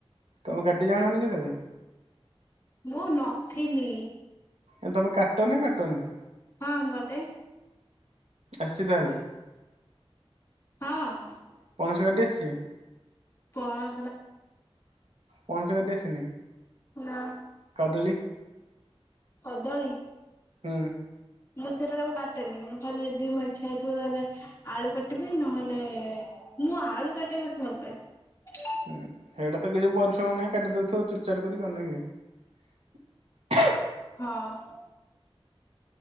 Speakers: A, on the right; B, on the left.
A: ତମେ କାଟି ଜାଣନି କି କେବେ?
B: ମୁଁ ନଥିଲି।
A: ଆ ତମେ କାଟ ନା କାଟନି?
B: ହଁ ମୁଁ କାଟେ।
A: ଆସିଚି ତାହେଲେ?
B: ହଁ।
A: ପଣସ କାଟି ଆସିଚି?
B: ପଣ
A: ପଣସ କାଟି ଆସିନି?
B: ନା।
A: <unintelligible>
B: କଦଳୀ।
A: ହୁଁ।
B: ମୁଁ ସେଇରା ଯାକ କାଟେନି। ମୁଁ ଖାଲି ଯଦି ମୋ ଇଚ୍ଛା ହେଇଥିବ ତାହେଲେ ଆଳୁ କା ଟିବି, ନହେଲେ ମୁଁ ଆଳୁ କାଟିବାକୁ ବେଶୀ ଭଲ ପାଏ।
A: ହୁଁ ହେଇଟା ତ କିଛି ପରିଶ୍ରମ ନାହିଁ କାଟିଦଉଥିବ ଚୁୁରଚାର କରିକି କଣ ନାଇକି। <inaudible>
B: ହଁ।